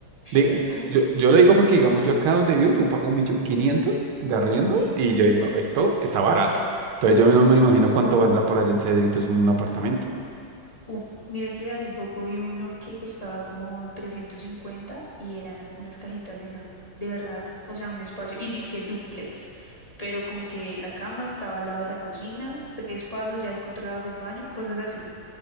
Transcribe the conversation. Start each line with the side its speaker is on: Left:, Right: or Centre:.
Right: Diga-
Left: Exacto.
Right: yo, yo lo digo porque, digamos, yo acá donde vivo, yo pago un millón quinientos de arriendo
Left: Sí.
Right: y yo digo, esto está barato. Entonces yo no me imagino cuánto valdrá por allá en Cedritos un apartamento.
Left: Uf, mire que hace poco vi uno que costaba como 350 y eran unas cajitas de nada, de verdad, o sea, un espacio, y dizque dúplex, pero como que la cama estaba al lado de la cocina, tres pasos ya encontrabas el baño, cosas así.